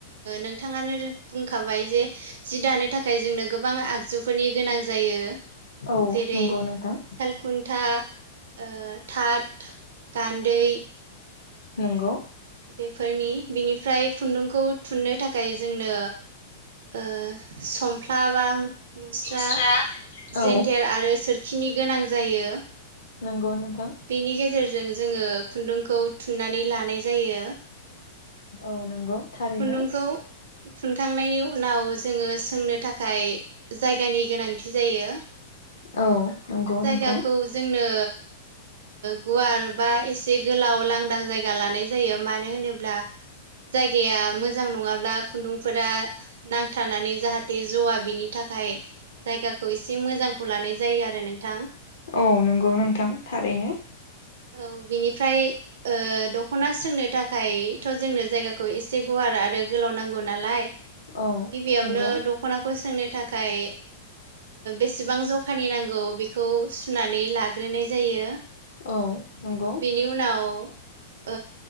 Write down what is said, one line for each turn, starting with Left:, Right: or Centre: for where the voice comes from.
Right: नोंथाङानो बुंखाबाय जे जि दानो थाखाय जोंनो गोबां गोबां आगजुफोरनि गोनां जायो
Left: औ
Right: जेरै-
Left: नंगौ नोंथां
Right: सालखुन्था ओ थाथ गान्दै
Left: नोंगौ
Right: बेफोरनि बिनिफ्राय खुन्दुंखौ थुननो थाखाय जोंनो ओ सफ्ला बा मुस्रा
Left: स्रा औ
Right: जेन्थेर आरो सोर खिनि गोनां जायो।
Left: नांगौनो
Right: बेनि गेजेरजों जोङो खुन्दुंखौ थुननानै लानाय जायो।
Left: औ नंगौ थारैनो
Right: खुन्दुंखौ थुनखांनायनि। उनाव जोङो सोंनो थाखाय जायगानि गोनांथि जायो।
Left: औ नंगौ
Right: जायगाखौ
Left: नोंथां
Right: जोंनो गुवार बा एसे एसे गोलाव लांदां जायगा लानाय जायो मानो होनोब्ला जाय गया मोजां नङाब्ला खुन्दुंफोरा नांथारनानै जाहाथे ज'वा बिनि थाखाय जायगाखौ एसे मोजांखौ लानाय जायो आरो नोंथां
Left: औ नंगौ नोंथां थारैनो
Right: औ बिनिफ्राय दख'ना सोंनो थाखायथ' जोंनो जायगाखौ एसे गुवारा आरो गोलाव नांगौ नालाय
Left: औ
Right: गिबियावनो
Left: नंगौ
Right: दख'नाखौ सोंनो थाखाय बेसेबां जखानि नांगौ बेखौ सुनानै लाग्रोनाय जायो।
Left: औ नंगौ
Right: बेनि उनाव ओ